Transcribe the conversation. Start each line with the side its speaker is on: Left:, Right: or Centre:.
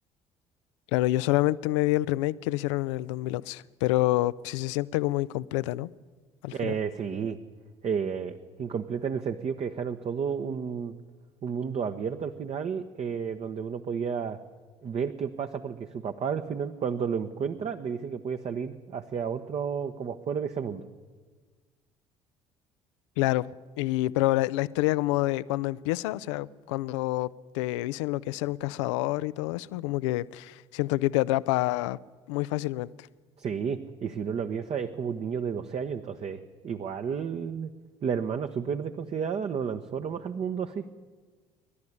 Left: Claro, yo solamente me vi el remake que le hicieron en el dos mil once pero sí se siente como incompleta, ¿no? Al
Right: Eh,
Left: final.
Right: sí, eh, incompleta en el sentido que dejaron todo un, un mundo abierto al final, eh, donde uno podía ver qué pasa, porque su papá al final cuando lo encuentra le dice que puede salir hacia otro, como fuera de ese mundo.
Left: Claro, y pero la, la historia como de cuando empieza, o sea, cuando te dicen lo que es ser un cazador y todo eso, como que siento que te atrapa muy fácilmente.
Right: Sí, y si uno lo piensa, es como un niño de 12 años, entonces igual la hermana súper desconsiderada lo lanzó nomás al mundo así.